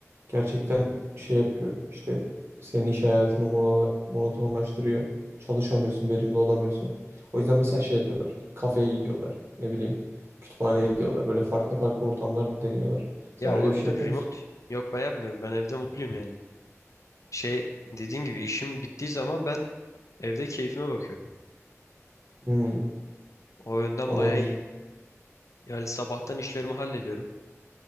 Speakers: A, on the right (about 50°); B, on the left (about 70°).
A: gerçekten şey yapıyor işte senin iş hayatını mono- monotonlaştırıyor. Çalışamıyorsun, verimli olamıyorsun. O yüzden mesela şey yapıyorlar. Kafeye gidiyorlar. Ne bileyim kütüphaneye gidiyorlar. Böyle farklı farklı ortamlar deniyorlar. Sen
B: Ya
A: öyle
B: olabilir
A: bir şey yapıyor
B: remote.
A: musun?
B: Yok ben yapmıyorum. Ben evde mutluyum yani. Şey dediğin gibi işim bittiği zaman ben evde keyfime bakıyorum.
A: Hmm,
B: O yönden
A: anladım.
B: bayağı iyi. Yani sabahtan işlerimi hallediyorum.